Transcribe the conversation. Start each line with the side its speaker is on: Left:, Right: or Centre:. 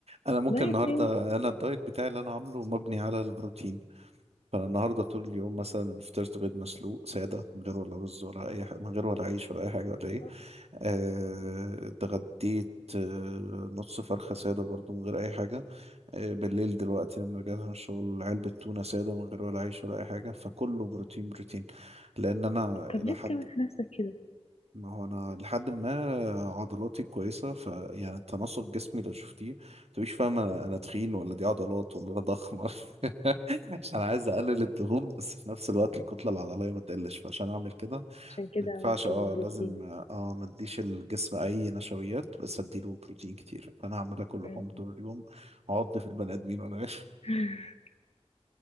Right: انا ممكن
Left: بقيت
Right: النهارده
Left: ايه
Right: انا الدايت بتاعي اللي انا عامله مبني على البروتين فانا النهارده طول اليوم مثلا فطرت بيض مسلوق ساده من غير ولا رز ولا اي حاجه من غير ولا عيش ولا اي حاجه ولا ايه
Left: طب,
Right: آه، اتغديت آه، نص فرخه ساده برضو من غير اي حاجه آه، بالليل دلوقتي لما رجعت من الشغل علبه تونه ساده من غير ولا عيش ولا اي حاجه فكله بروتين بروتين لان انا
Left: طب
Right: الى
Left: ليه
Right: حد
Left: بتعمل في نفسك كده
Right: ما هو انا لحد ما عضلاتي كويسه فيعني التناسق جسمي لو شفتيه متبقيش فاهم انا أنا تخين ولا دي عضلات ولا انا ضخمه <laughs> عشان انا عايز اقلل الدهون بس في نفس الوقت الكتله العضليه ما تقلش فعشان اعمل كده
Left: عشان كده
Right: ما ينفعش
Left: عملته
Right: اه
Left: بروتين
Right: لازم اه ما اديش الجسم اي نشويات بس اديله بروتين كتير فانا هعمل اكل
Left: م-
Right: لحوم طول
Left: م.
Right: اليوم اعض في البني ادمين وانا
Left: <laughs>